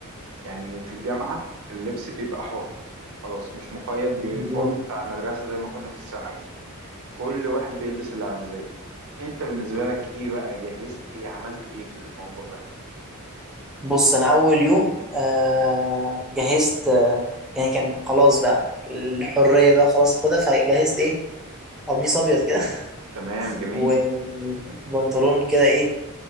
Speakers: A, on the right (about 70°); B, in the centre.
A: يعني في الجامعة اللبس بيبقى حر خلاص مش مقيد بيونيفورم
B: <laughs>
A: بتاع المدرسة زي ما كنا في الثانوي كل واحد بيلبس اللي على مزاجه انت بالنسبة لك ايه بقى جهزت ايه عملت ايه في الموضوع ده
B: بص انا اول يوم آه جهزت آه يعني كان خلاص بقى الحرية بقى خلاص خدها فجهزت ايه قميص ابيض كده
A: تمام
B: <laughs>
A: جميل
B: وبنطلون كده ايه